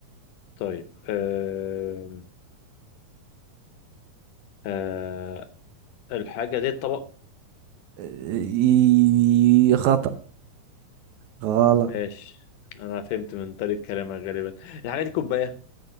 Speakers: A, on the left; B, on the right.
A: طيب أه أه الحاجة دي طبق
B: إيه، خطأ غلط
A: ماشي أنا فهمت من طريقة كلامك غالبا الحاجة دي كوباية